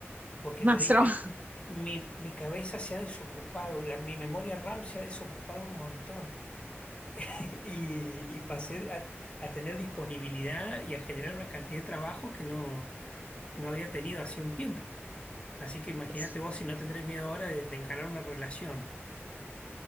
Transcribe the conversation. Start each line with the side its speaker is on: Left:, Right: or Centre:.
Left: porque
Right: más
Left: yo dije,
Right: traumas,
Left: mi, mi cabeza se ha desocupado, la- mi memoria RAM se ha desocupado un montón <laughs> y, y pasé a, a tener disponibilidad y a generar una cantidad de trabajo que no, no había tenido hacía un tiempo. Así que
Right: <laughs>
Left: imagínate vos si no tendré miedo ahora de, de encarar una relación.